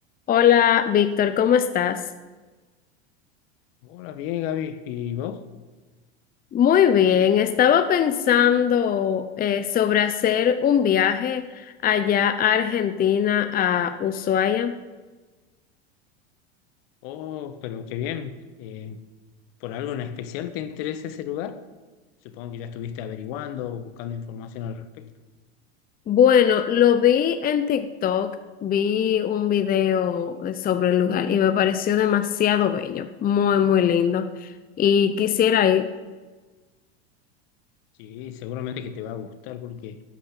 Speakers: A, on the left; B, on the left.
A: Hola, Víctor, ¿cómo estás?
B: Hola, bien, Gaby. ¿Y vos?
A: Muy bien, estaba pensando eh, sobre hacer un viaje allá a Argentina, a Ushuaia.
B: Oh, pero qué bien. Eh, ¿por algo en especial te interesa ese lugar? Supongo que ya estuviste averiguando o buscando información al respecto.
A: Bueno, lo vi en TikTok, vi un video eh, sobre el lugar y me pareció demasiado bello, muy, muy lindo. Y quisiera ir.
B: Sí, seguramente que te va a gustar porque,